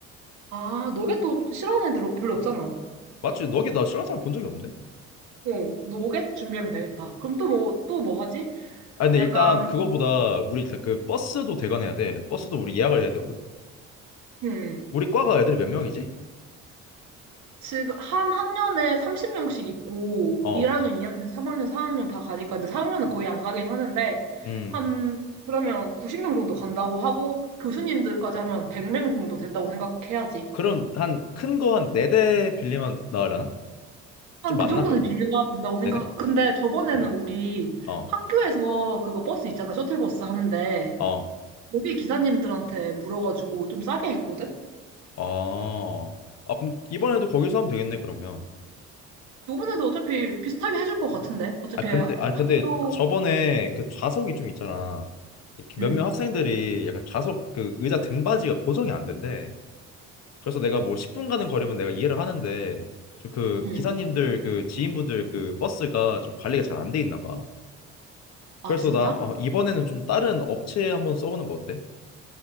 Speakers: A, on the right (about 70°); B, on the left (about 60°).
A: 아, 노겟도 싫어하는 애들 별로 없잖아.
B: 맞지? 너겟 나 싫어하는 사람 본 적이 없는데?
A: 어, 노겟 준비하면 되겠다. 그럼 또 뭐, 또 뭐 하지?
B: 아 근데
A: 약간,
B: 일단 그거보다 우리 일단 그 버스도 대관해야 돼. 버스도 우리 예약을 해야 되거든.
A: 음.
B: 우리 과가 애들이 몇 명이지?
A: 지금 한 학년에 30명씩 있고
B: 어.
A: 1학년, 2학년, 3학년, 4학년 다 가니까 근데 4학년은 거의 안 가긴 하는데
B: 음.
A: 한 그러면 90명 정도 간다고 하고 교수님들까지 하면 100명 정도 된다고 생각해야지.
B: 그럼 한 큰 거 한 네 대 빌리면 나으려나?
A: 한
B: 좀 많나
A: 그 정도는
B: 그건?
A: 빌려야 된다고 생각.
B: 네 대?
A: 근데 저번에는
B: 음.
A: 우리
B: 어.
A: 학교에서 그거 버스 있잖아. 셔틀버스 하는데
B: 어.
A: 거기 기사님들한테 물어가지고 좀 싸게 했거든.
B: 아, 아, 그럼 이번에도 거기서 하면 되겠네, 그러면.
A: 요번에도 어차피 비슷하게 해줄 것 같은데. 어차피
B: 아, 근데,
A: 학교
B: 아, 근데 저번에 그 좌석이 좀 있잖아. 이렇게
A: 응.
B: 몇몇 학생들이 약간 좌석 그 의자 등받이가 고정이 안 된대. 그래서 내가 뭐 10분 가는 거리면 내가 이해를 하는데, 좀 그
A: 응.
B: 기사님들 그 지인분들 그 버스가 좀 관리가 잘 안 돼 있나 봐. 그래서
A: 아 진짜?
B: 나 어, 이번에는 좀 다른 업체 한번 써보는 거 어때?